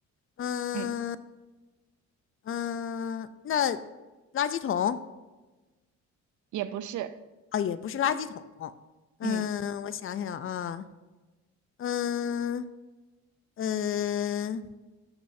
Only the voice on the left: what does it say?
嗯
嗯，那垃圾桶
啊，也不是垃圾桶，
嗯，我想想啊。嗯呃，